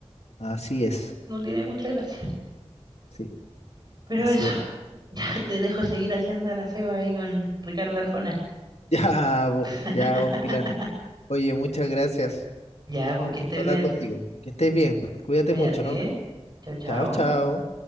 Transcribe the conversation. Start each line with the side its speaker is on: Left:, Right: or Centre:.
Left: Así es,
Right: no tiene mucha gracia.
Left: sí,
Right: Pero
Left: así
Right: eso,
Left: es.
Right: <laughs> ya te dejo seguir haciendo la ceba ahí con Ricardo Arjona.
Left: <laughs> Ya vos,
Right: <laughs>
Left: ya vos, Pilar. Oye, muchas gracias.
Right: Ya, pues
Left: Un
Right: que
Left: gusto
Right: estés
Left: hablar
Right: bien.
Left: contigo. Que estés bien, cuídate
Right: Cuídate,
Left: mucho, nos vemos.
Right: ¿eh? Chao, chao.
Left: Chao, chao.